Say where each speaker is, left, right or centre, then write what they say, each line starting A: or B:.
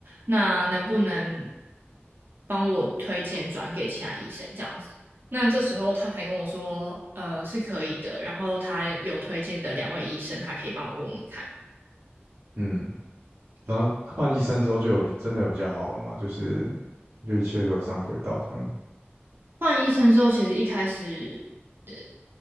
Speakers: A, on the right; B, on the right.
A: 那能不能帮我推荐转给其他医生这样子？那这时候他才跟我说，呃，是可以的，然后他有推荐的两位医生，他可以帮我问问看。
B: 嗯，然后换医生之后就有比真的有比较好了嘛，就是就一切都有上轨道这样子
A: 换医生之后，其实一开始，呃，